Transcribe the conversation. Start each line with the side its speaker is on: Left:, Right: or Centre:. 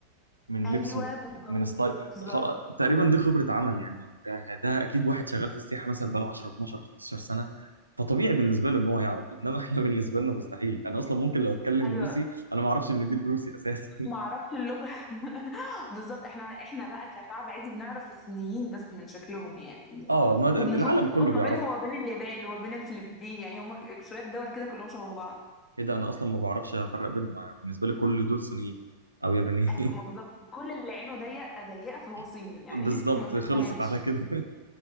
Right: من
Left: ايوه
Right: لبسه
Left: بالظبط
Right: من ستايل
Left: بالظبط
Right: خلاص تقريبا دي خبره عمل يعني ده, ده اكيد واحد شغال في السياحه مثلا بقاله 10 12 15 سنه فطبيعي بالنسبه له ان هو يعرف انما احنا <laughs> بالنسبه لنا مستحيل انا اصلا ممكن لو اتكلم
Left: ايوه
Right: روسي انا ما اعرفش ان دي الروسي اساسا <laughs>
Left: ما عرفت اللغة <laughs> بالظبط احنا احنا بقى كشعب عادي بنعرف الصينيين بس من شكلهم يعني
Right: اه ما العالم
Left: وبنتلخبط
Right: كله
Left: ما
Right: بيعرفه
Left: بينهم وما بين اليابان وما بين الفلبين يعني هما ك- شوية دول كده كلهم شبه بعض
Right: ايه ده انا اصلا ما بعرفش افرق بينهم أنا بالنسبه لي كل دول صينيين او يابانيين
Left: ايوه ما بالظبط كل اللي عينه ضيقة ضيقة فهو صيني
Right: <laughs>
Left: يعني
Right: بالظبط
Left: <laughs> ما بنتفهمش
Right: خلصت على كده